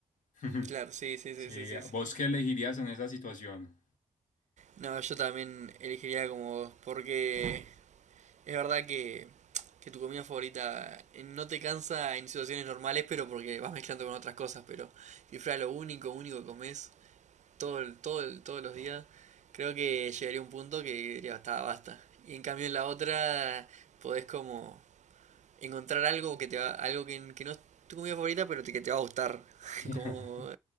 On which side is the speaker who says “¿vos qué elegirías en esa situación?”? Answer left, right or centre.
Left